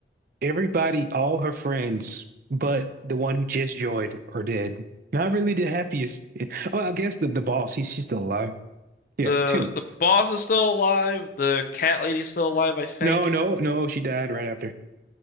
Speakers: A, on the right; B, on the left.
A: Everybody, all her friends, but the one who just joined are dead. Not really the happiest. Oh, I guess the the boss. He's she's still alive. Yeah,
B: The
A: two.
B: the boss is still alive. The cat lady's still alive, I think.
A: No, no, no. She died right after.